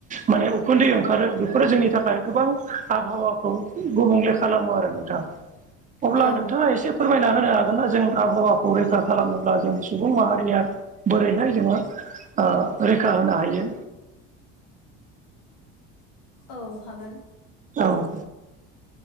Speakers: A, on the right; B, on the left.
A: माने उखुन्दै ओंखारो बेफोरो जोंनि थाखाय गोबां आबहावाखौ गुबुंले खालामो आरो नोंथां अब्ला
B: औ
A: नोंथाङा एसे फोरमायना होनो हागोन ना जों आबहावाखौ रैखा खालामोब्ला जों सुबुं माहारिया बोरैहाय जोङो ओ रैखा होनो हायो।
B: औ हागोन।
A: औव